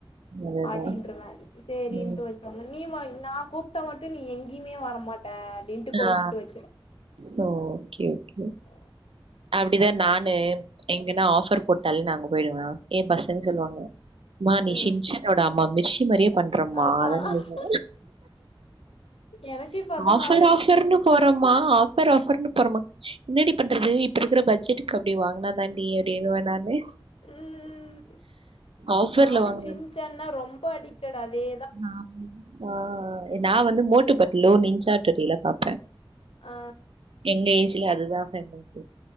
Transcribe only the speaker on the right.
அதுதான்.
ம்.
ஆ
சோ ஓகே ஓகே
அப்டிதா நானு எங்கன்னா ஆஃபர் போட்டாலே நா அங்க போயிடுவ ஏ பச ங்க சொல்லுவாங்க மா நீ
சின்சான் ஓட அம்மா மிஸ்சி மாரியே பண்றம்மா
அதா நீனு
ஆஃபர்
ஆஃபர்ன்னு போறம்மா ஆ ஃபர் ஆஃபர்னு போறம்மா என்னாடி பண்றது இப் பட்ஜெட்டுக்கு அப்டி வாங்குனாதான்டி அப்டின்னுவ நானு
ஆஃபர்ல
வாங்குனது.
நானு ஆ ஆ நா வந்து மோட்டு பட்டுலு நிஞ்சா ஹட்டோரிலா பாப்பே
எங்க ஏஜ்ல அதுதா ஃபேமஸ்